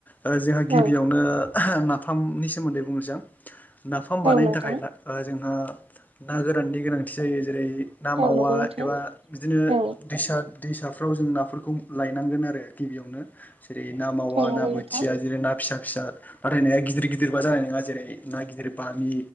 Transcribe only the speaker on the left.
ओ जोंहा गिबियावनो
ओहोम नाफामनि सोमोन्दै बुंनोसै आं नाफाम बानायनो
थाखाय ओ जों ओ ना गोराननि गोनांथि जायो जेरै ना
मावा
एबा बिदिनो
दैसा दैसाफ्राव जों नाफोरखौ लायनांगोन आरो गिबियावनो जेरै ना मावा
ना बोथिया
जेरै ना फिसा फिसा नाथाय नाया गिदिर गिदिर बा जानाय नङा जेरै ना गिदिर बामि